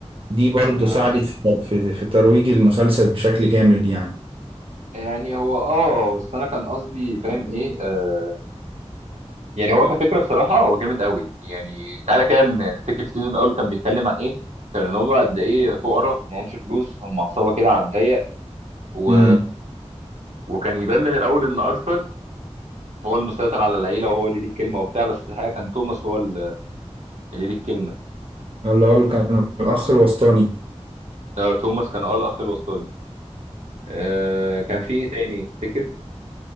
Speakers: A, on the right; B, on the right.
A: دي برضو
B: آه.
A: ساعدت في في في ترويج المسلسل بشكل جامد يعني
B: يعني هو اه بس انا كان قصدي فاهم ايه آه يعني هو كفكره بصراحه هو جامد قوي يعني تعالى كده من فكره السيزون الاول كان بيتكلم عن ايه كان ان هم قد ايه فقراء معهمش فلوس هم عصابه كده على الضيق و...
A: امم
B: وكان يبان من الاول ان ارثر هو المسيطر على العيله وهو اللي ليه الكلمه وبتاع بس في الحقيقه كان توماس هو اللي ليه الكلمه
A: اللي هو اللي كان الأخ الوسطاني
B: آه توماس كان اه الاخ الوسطاني آه كان في ايه تاني تفتكر